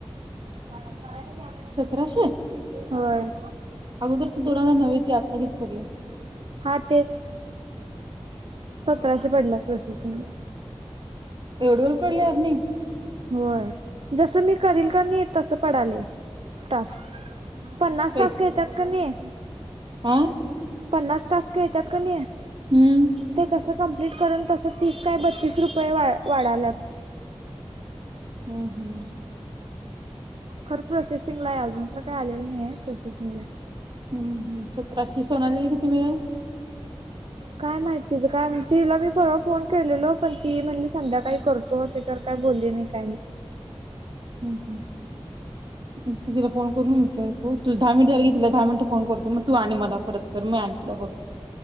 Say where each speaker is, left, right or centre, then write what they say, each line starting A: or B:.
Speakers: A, on the right (about 65°); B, on the right (about 50°).
A: करायला
B: सतराशे
A: होय.
B: अगोदरच दो हजार नव ते आता किती पडले.
A: हा तेच सतराशे पडल्या प्रोसेसिंग
B: एवढं वेळ पडले यार नाही.
A: होय जस मी करील का नाही तस पडाले टास्क पन्नास
B: पैसे
A: तास घ येतात क नाही.
B: हा
A: पन्नास टास् येतात का नाही
B: हम्म
A: ते कस कंप्लीट कर तस. तीस काय बत्तीस रुपये वा वाढाल्यात.
B: हम्म हम्.
A: खरं प्रोसेसिंग ला आहे अजून तर काय आलेलं नाही आहे प्रोसेसिंगला
B: हम्म् सतराशे सोनलेला किती मळ
A: काय माहितीच काय तिला मी परवा फोन केलेल पण ती म्हणली संध्या काही करतो. सरकार बोलली नाही काही नाही.
B: हम्म हम्म. त तिला फोन करून विचार त दहा मिनिट झागे तिला दहा मिनट फोन करतो मग तू आणि मला करत कर मी कर.